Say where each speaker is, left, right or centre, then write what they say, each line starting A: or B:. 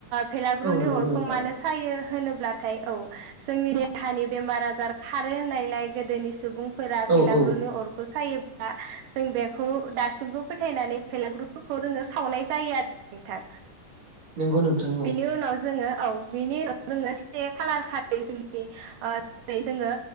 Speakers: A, on the right (about 75°); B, on the right (about 55°).
A: भेलागुरनि
B: औ नंगौ
A: अरखौ
B: नोंथां
A: मानो सायो होनोब्लाथाय औ जोंनि देहानि बेमार आजार खारो होननायलाय गोदोनि सुबुं फोरा
B: औ
A: फेलाग्रुनि
B: औ
A: अरखौ सायो। दा जों बेखौ दासिमबो फोथायनानै <unintelligible> जोङो सावनाय जायो आरो नोंथां
B: नंगौ नोंथां औ
A: बेनि उनाव जोङो औ बिनि उनाव जोङो से खालार खालि जोंनि ओ जोङो